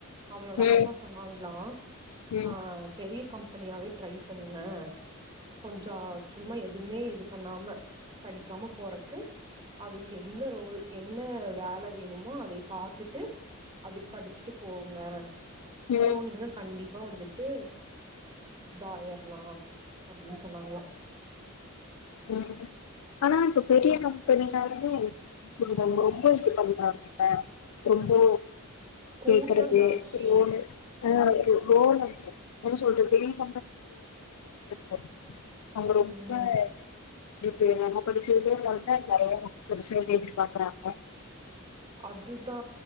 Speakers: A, on the right (about 20°); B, on the left (about 85°).
A: அவளோட
B: ம்
A: அக்கா சொன்னாங்ளா
B: ம்
A: ஆ பெரிய கம்பெனியாவே ட்ரை பண்ணுங்க கொஞ்சாச்சு சும்மா எதுவுமே இது பண்ணாம படிக்காம போறக்கு அதுக்கு என்ன ரோல் என்ன வேல வேணுமோ அ போய் பாத்துட்டு அது படிச்சுட்டு போங்க
B: ம்
A: போனீங்னா
B: ம்
A: கண்டிப்பா அப்ப வந்துட்டு இத ஆயிறலா அப்டின்னு சொன்னாங்ளா
B: உம் ஆனா இப்ப பெரிய
A: ம்
B: கம்பெனினாலுமே <unintelligible> ரொம்ப இது பண்ணா ஆ ரொம்போ
A: கூட்டோ
B: கேக்குறது
A: ஜாஸ்தி
B: ரோனு ஆ ரோ ரோன்னா அ அப்டின் சொல்ட்டு <inaudible> பத் அவங்க ரொம்ப
A: ம்
B: <inaudible>
A: அதுதா